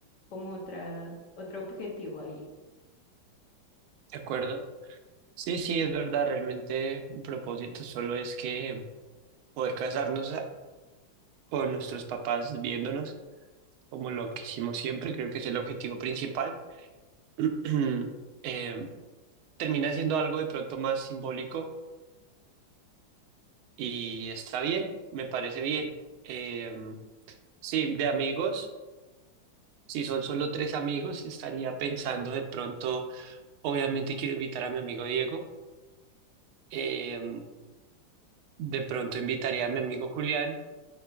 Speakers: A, on the left; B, on the right.
A: como otra, otro objetivo ahí.
B: ¿De acuerdo? Sí, sí, es verdad, realmente un propósito solo es que poder casarnos a- con nuestros papás viéndonos como lo que hicimos siempre, creo que es el objetivo principal. <clears throat> Eh, termina siendo algo de pronto más simbólico y está bien, me parece bien. Eh, sí, de amigos, si son solo tres amigos, estaría pensando de pronto, obviamente quiero invitar a mi amigo Diego, eh, de pronto invitaría a mi amigo Julián